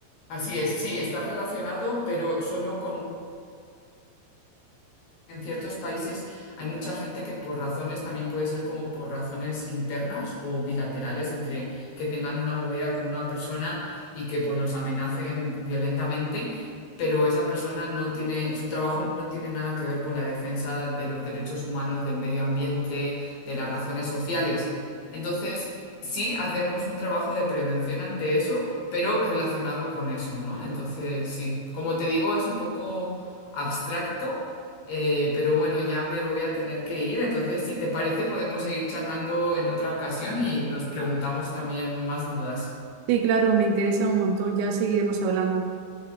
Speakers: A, on the left (about 65°); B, on the right (about 85°).
A: Así es, sí, está relacionado, pero solo con en ciertos países hay mucha gente que por razones, también puede ser como por razones internas o bilaterales entre que tengan una movida con una persona y que pues los amenacen violentamente, pero esa persona no tiene, su trabajo no tiene nada que ver con la defensa de los derechos humanos, del medio ambiente, de las razones sociales. Entonces, sí hacemos un trabajo de prevención ante eso, pero relacionado con eso, ¿no? Entonces, sí, como te digo, es un poco abstracto eh, pero bueno, ya me voy a tener que ir, entonces si te parece podemos seguir charlando en otra ocasión y nos preguntamos también más dudas.
B: Sí, claro, me interesa un montón. Ya seguiremos hablando.